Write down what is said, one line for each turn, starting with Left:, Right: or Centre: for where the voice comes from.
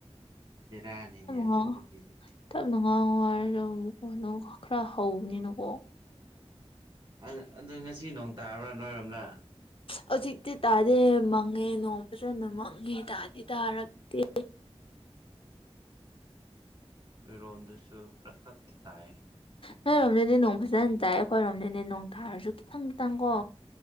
Right: ꯕꯦꯔꯥꯅꯤꯅꯦ ꯑꯗꯨ
Left: ꯉꯥꯡꯉꯣ
Right: ꯅꯨꯄꯤꯗꯣ
Left: ꯇꯞꯅ ꯉꯥꯡꯉꯣ <unintelligible> ꯀꯣꯅꯣ ꯈꯔ ꯍꯧꯕꯅꯤꯅꯀꯣ
Right: ꯑꯗꯨ ꯑꯗꯣ ꯉꯁꯤ ꯅꯣꯡ ꯇꯥꯕ꯭ꯔꯥ ꯅꯣꯏꯔꯣꯝꯗ
Left: ꯍꯧꯖꯤꯛꯇꯤ ꯇꯥꯗꯦ ꯃꯪꯉꯦ ꯅꯣꯡ ꯐꯖꯅ ꯃꯪꯉꯦ ꯇꯥꯗꯤ ꯇꯥꯔꯛ ꯇꯦ
Right: ꯈꯣꯏꯔꯣꯝꯗꯁꯨ ꯈ꯭ꯔ ꯈꯛꯇꯤ ꯇꯥꯏꯌꯦ
Left: ꯅꯣꯏꯔꯣꯝꯗꯗꯤ ꯅꯣꯡ ꯐꯖꯅ ꯇꯥꯏ ꯑꯩꯈꯣꯏꯔꯣꯝꯗꯗꯤ ꯅꯣꯡ ꯇꯥꯔꯁꯨ ꯈꯤꯇꯪ ꯈꯤꯇꯪꯀꯣ